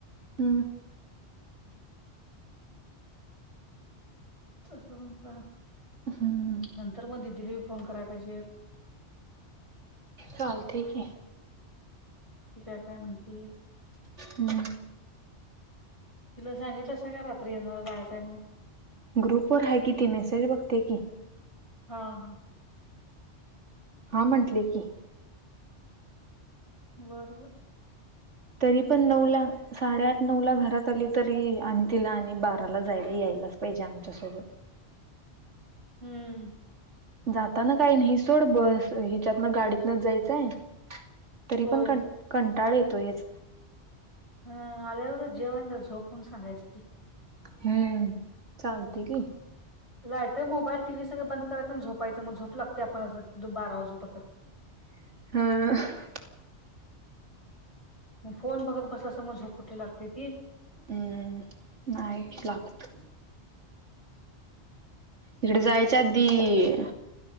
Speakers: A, on the right; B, on the left.
A: हम्म.
B: असं म सा
A: हम्म.
B: नंतर म दिल दिलीवी फोन करायला पाहिजेत.
A: चालतय की.
B: कि काय काय म्हणते.
A: हम्म.
B: तिला सांगितलंस का रात्री येणार जायचंय म्हून.
A: ग्रुपवर हाय कि ती मेसेज बघत्या की.
B: हा हा.
A: हा म्हंटले की.
B: वर वर.
A: तरी पण नऊला साडेआठ नऊला घरात आली तरी आणि तिला आणि बाराला जायला यायला यायलाच पाहिजे आमच्या सोबत.
B: हम.
A: जाताना काहीनाही सोड बस हिच्यातनं गाडीतनच जायचंय. तरी
B: होय
A: पण कन कंटाळ येतोयच.
B: ह. आल्यावरच जेव आणि झोप म्हणून सांगायचं की.
A: हम, चालतंय की.
B: लायटा, मोबाईल, टीव्ही सगळं बंद करायचं आन झोपायचं. मग झोप लागत्या आपण आस बारा वाजू पतर.
A: ह.
B: म फोन बघत बसलासा म झोप कुठली लागत्या ती.
A: हम नाही लागत. तिकड जायच्या आधी